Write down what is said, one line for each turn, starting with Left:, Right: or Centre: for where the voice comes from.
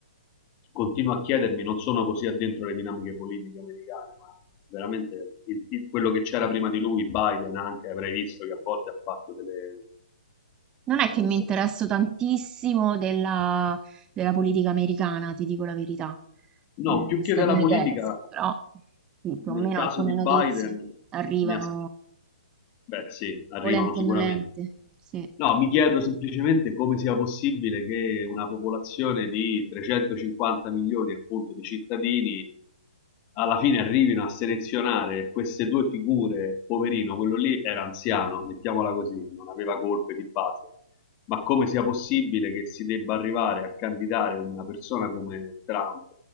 Left: Continuo a chiedermi, non sono così addentro le dinamiche politiche americane, ma veramente il- il- quello che c'era prima di lui, Biden anche, avrei visto che a volte ha fatto delle...
Right: Non è
Left: diciamo,
Right: che mi
Left: senza-
Right: interesso tantissimo della, della politica americana, ti dico la verità,
Left: No,
Right: Mm,
Left: più
Right: statunitense,
Left: che della politica,
Right: però sì, più
Left: nel
Right: o meno
Left: caso
Right: alcune
Left: di Biden
Right: notizie arrivano
Left: mi, as- Beh, sì, arrivano
Right: volente
Left: sicuramente.
Right: o nolente. Sì.
Left: No, mi chiedo semplicemente come sia possibile che una popolazione di 350 milioni, appunto, di cittadini alla fine arrivino a selezionare queste due figure. Poverino, quello lì era anziano, mettiamola così, non aveva colpe di base. Ma come sia possibile che si debba arrivare a candidare una persona come Trump?